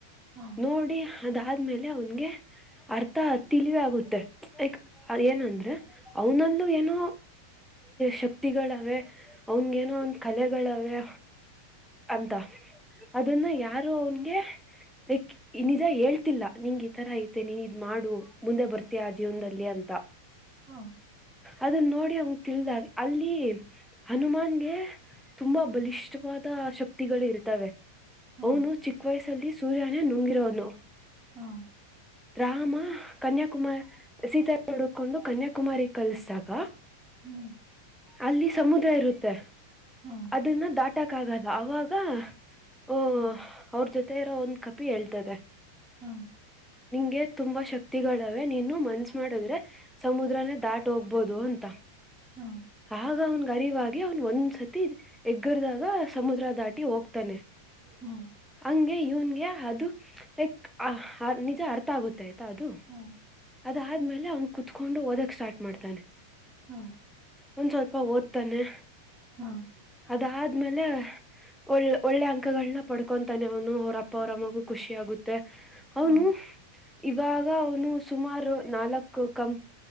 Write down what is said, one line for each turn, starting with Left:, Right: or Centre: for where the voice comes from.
Right: ಹಾ
Centre: ನೋಡಿ ಅದಾದ್ಮೇಲೆ ಅವನ್ಗೆ ಅರ್ಥ ತಿಳಿವೇ ಆಗುತ್ತೆ ಲೈಕ್ ಏನಂದ್ರೆ ಅವನಲ್ಲೂ ಏನೋ ಶಕ್ತಿಗಳವೆೆ ಅವನ್ಗೇನೋ ಒನ್ ಕಲೆಗಳವೆೆ ಅಂತ ಅದನ್ನ ಯಾರು ಅವನ್ಗೆ ಲೈಕ್ ನಿಜ ಹೇಳ್ತಿಲ್ಲ ನಿಂಗ <unintelligible> ನೀನ್ ಇದ್ ಮಾಡು ಮುಂದೆ ಬರ್ತೀಯ ಆ ಜೀವನದಲ್ಲಿ ಅಂತ
Right: ಹಾ
Centre: ಅದನ್ನ ನೋಡಿ ಅವನ್ ತಿಳಿದಾಗ ಅಲ್ಲಿ ಹನುಮಾನ್ಗೆ ತುಂಬಾ ಬಲಿಷ್ಠವಾದ ಶಕ್ತಿಗಳು ಇರ್ತವೆ
Right: ಹಾ
Centre: ಅವನು ಚಿಕ್ಕ ವಯಸ್ಸಲ್ಲಿ ಸೂರ್ಯ ನುಂಗಿರ ಹ
Right: ಹಾ ಹಾ
Centre: ರಾಮ ಕನ್ಯಾಕುಮಾರ್ ಸೀತ ಹುಡುಕೊಂಡು ಕನ್ಯಾಕುಮಾರಿ ಕಲ್ಸಿದಾಗ
Right: ಹ್ಮ್
Centre: ಅಲ್ಲಿ ಸಮುದ್ರ ಇರುತ್ತೆ
Right: ಹಾ
Centre: ಅದನ್ನ ದಾಟ್ ಇತ್ತಕ್ಕಾಗಲ್ಲ ಅವಾಗ ಓ
Right: ಹಾ
Centre: ಅವ್ರ ಜೊತೆ ಮತ್ತ ಇರೋ ಒಂದ್ ಕಪಿ ಹೇಳ್ತದೆ
Right: ಹಾ
Centre: ಗೆ ತುಂಬಾ ಶಕ್ತಿಗಳವೆೆ ನೀನು ಮನ್ಸ್ ಮಾಡಿದ್ರೆ ಸಮುದ್ರನೇ ದಾಟ್ ಹೋಗ್ಬೋದು ಅಂತ
Right: ಹಾ
Centre: ಆಗ ಅವ್ನ್ ಗರಿವಾಗಿ ಅವ್ನ್ ಒಂದ ಸತಿ ಎಗ್ಗರದಾಗ ಸಮುದ್ರ ದಾಟಿ ಹೋಗ್ತಾನೆ.
Right: ಹಾ.
Centre: ಹಂಗೆ ಇವನ್ಗೆ ಅದು. ಲೈಕ್ ನಿಜ ಆರ್. ಆ ಆಯ್ತಾ ಅದು
Right: ಹಾ
Centre: ಅದಾದ್ಮೇಲೆ ಅವನ್ ಕುತ್ಕೊಂಡು ಓದಕ್ ಸ್ಟಾರ್ಟ್ ಮಾಡ್ತಾನೆ.
Right: ಹಾ
Centre: ಒಂದ್ ಸ್ವಲ್ಪ ಓದ್ತಾನೆ.
Right: ಹಾ ಹಾ
Centre: ಅದಾದ್ಮೇಲೆ. ಒಳ್ಳ ಒಳ್ಳೆ ಅಂಕಗಳನ್ನ ಪಡ್ಕೊಂತಾನೆ ಅವನು ಅವ್ರ ಅಪ್ಪ ಅವರಮ್ಮಗು ಖುಷಿ ಆಗುತ್ತೆ
Right: ಹಾ
Centre: ಅವನು. ಇವಾಗ ಅವನು ಸುಮಾರು ನಾಲ್ಕು ಕಂ